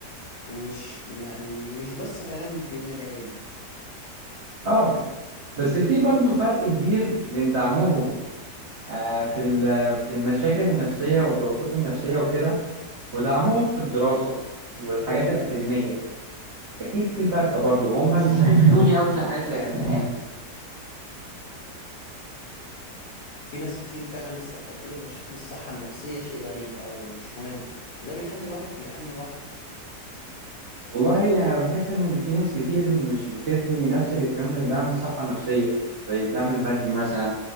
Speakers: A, on the left; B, on the right.
A: مش يعني مش بس كلام بين العيله
B: اه بس في برضو فرق كبير بين دعمهم آه في ال- في المشاكل النفسية والضغوطات النفسية وكده ودعمهم في الدراسة والحاجات الأكاديمية أكيد في فرق برضو هم
A: بص
B: مش
A: ده
B: <laughs> بيفيدوني أوي في الحاجات
A: فعلا
B: الأكاديمية
A: في ناس كتير فعلا لسه بتعتبر مشاكل الصحة النفسية شيء غريب أو مش مهم وده بيخلي الواحد بيعاني لوحده
B: والله أنا بحس إن في ناس كتير مش بتدي نفس الاهتمام للدعم الصحة النفسية زي الدعم المادي مثلا